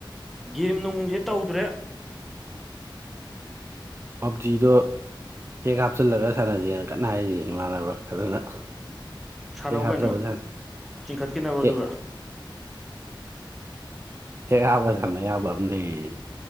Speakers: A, in the centre; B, on the right.
A: ꯒꯦꯝ ꯅꯨꯡꯖꯦ ꯇꯧꯗ꯭ꯔꯦ
B: ꯄꯞꯖꯤꯗꯣ ꯍꯦꯛ ꯍꯥꯞꯆꯤꯜꯂꯒ ꯁꯥꯟꯅꯖꯦꯅ ꯀꯟꯅ ꯍꯥꯏꯔꯤ ꯏꯃꯥꯟꯅꯕ ꯈꯔꯅ <unintelligible>
A: ꯁꯥꯟꯅꯧ ꯀꯩꯅꯣ ꯆꯤꯡꯈꯠꯈꯤꯅꯕ ꯑꯗꯨꯒ
B: ꯍꯦꯛ ꯍꯞꯄꯥ ꯁꯟꯅ ꯌꯥꯕꯥ ꯑꯝ ꯂꯩꯌꯦꯌꯦ